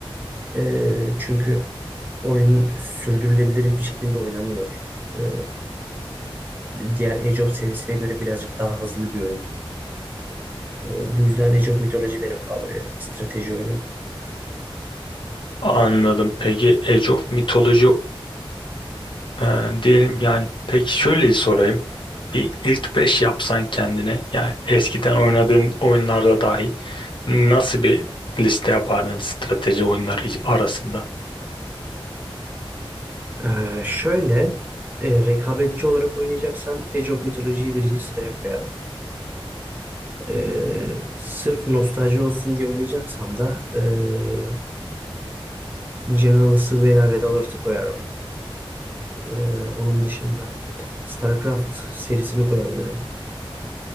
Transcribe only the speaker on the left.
Anladım. Peki Age of Mythology e, diyelim yani peki şöyle sorayım. Bir ilk 5 yapsan kendine yani eskiden oynadığın oyunlarda dahil nasıl bir liste yapardın strateji oyunları arasında?